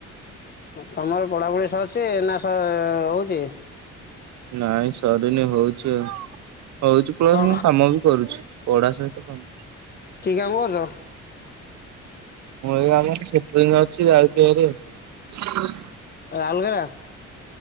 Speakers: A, on the left; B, on the right.
A: ତମର ପଢାପଢ଼ି ସରିଛି ନା ସ?
B: ନାଇଁ ସରିନି ହଉଛି ଆଉ। ପଢା
A: କ'ଣ
B: ସହିତ କାମ।
A: <unintelligible>
B: ମୁଁ ଏଇ ଆମ ସେଟରିଙ୍ଗ ଅଛି ଆଇଚି ହାରି।
A: ରାଉଲକେଲା।